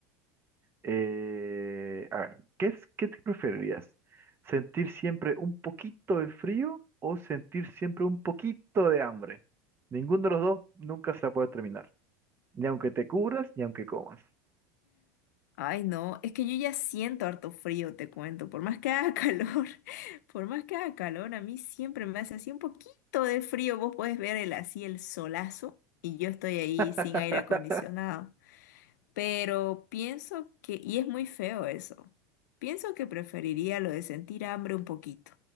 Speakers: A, on the right; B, on the left.
A: eh, a ver, ¿qué es, qué te preferirías? ¿Sentir siempre un poquito de frío o sentir siempre un poquito de hambre? Ninguno de los dos nunca se la puede terminar. Ni aunque te cubras, ni aunque comas.
B: Ay, no, es que yo ya siento harto frío, te cuento. Por más que haga <laughs> calor, por más que haga calor, a mí siempre me hace así un poquito de frío. Vos podés ver el, así el solazo y yo estoy ahí
A: <laughs>
B: sin aire acondicionado. Pero pienso que, y es muy feo eso, pienso que preferiría lo de sentir hambre un poquito.